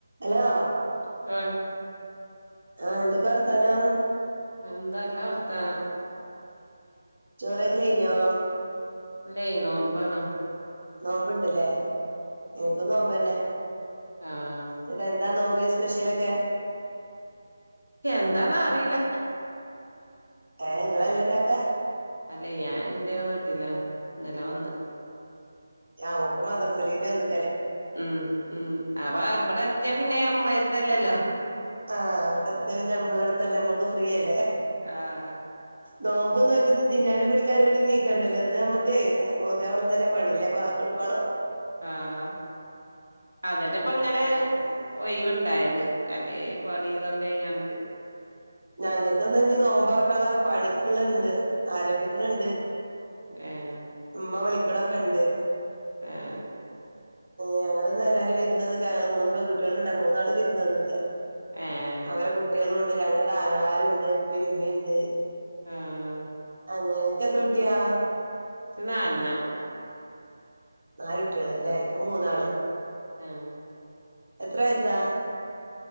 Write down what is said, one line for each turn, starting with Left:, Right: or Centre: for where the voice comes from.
Right: Hello
Left: ആ
Right: ആഹ എന്തൊക്കെ വർത്താനം
Left: എന്തല്ല വർത്താനം
Right: ചോറയ്ക്കല് കയ്ഞ്ഞോ
Left: ല്ലേ നോൽമ്പാണ്
Right: നോമ്പ്ണ്ടില്ലേ ഇൻക്കും നോമ്പന്നെ
Left: ആഹ്
Right: ഇനിടെ താ നോമ്പിന് സ്പെഷ്യലൊക്കെ
Left: എന്താന്നാറിയില്ല
Right: ഏഹ്
Left: ഉം
Right: നിങ്ങളെല്ലാം ഇണ്ടാക്കാ
Left: അല്ലെ ഞാൻ എൻന്റെ വീട്ടിലാണ് ന്നല വന്ന്
Right: ഞമക്ക് മദ്രസലീവിന് വന്ന്
Left: ഉം ഉം അവ എവിടെ എത്തിയായ പിന്നെ നമ്മള എത്തല്ലല്ലോ
Right: ആഹ അവിടെ എത്തിയ പിന്നെ നമ്മളട്ത്തല്ല നമ്മക്ക് ഫ്രീയല്ലേ
Left: ആഹ്
Right: നോമ്പ്ന്ന് നോറ്റ്ന്ന് തിന്നാനും കുടിക്കാനും കൂടി നീക്കണ്ടല്ലോ ഇന്ന് നമ്മക്ക് മോന്ത്യാവോളം ഇതന്നെ പണിില്ലേ ബാങ്കോട്കോളം
Left: ആഹ അതന്നെപ്പങ്ങനെ ഒയ് വ് ണ്ടായത് അല്ലേ പണി ഇതൊക്കെ ആയാണ്ട്
Right: ഞങ്ങൾക്ക് ന്ന്ഞ്ഞ് നോമ്പർക്കാള പണിക്ക്ള്ളെ ണ്ട് ആരംഭിക്കണിണ്ട്
Left: ഏഹ
Right: മ്മ വിളിക്ക്ണൊകണ്ട്
Left: ആഹ
Right: ഞങ്ങള് ന്ന് എല്ലാരും വിരുന്നത്ക്ക ഞങ്ങള് മൂന്ന് പെൺകുട്ടികൾുണ്ടാ മൂന്നാള് വിരുന്നത്ക്കാ
Left: ഏഹ്
Right: അവരെ കുട്ടികളും ഉണ്ട് ഞങ്ങള്ടെ ര ആങ്ങളാരും ണ്ട് ഇപ്പി ഇമ്മിുണ്ട്
Left: ആഹ
Right: അങ്ങനക്ക് എത്ര കുട്ടിയാ
Left: ഇച് നാലെണ്ണം
Right: നാല് കുട്ട്യേള് ലെ ഇക്ക് മൂന്നാള്
Left: ഉം ആഹ്
Right: എത്ര വയസാ